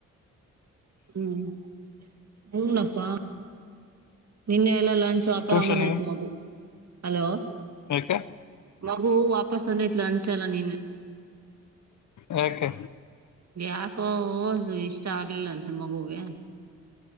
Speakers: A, on the right; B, on the left.
A: ಹ್ಮ್ ಹ್ಮನಪ್ಪಾ ನಿನ್ನೆ ಎಲ್ಲಾ ಲಂಚ್ ವಪರಾಮನ
B: ಟ್ಯೂಷನ್ಗೆ
A: ಆಯತ್ ಮಗು ಹಲೋ
B: ತ್ತ
A: ಹಾಗಗೋ ವಾಪಸ್ ತಂದ ಇಲ ಅಂಚಲ್ಲ ನೀನು
B: ಯಾಕೆ
A: ಯಾಕೋ ಹೋ ಇಷ್ಟ ಆಗ್ಲಿಲ್ಲಂತೆ ಮಗುಗೆ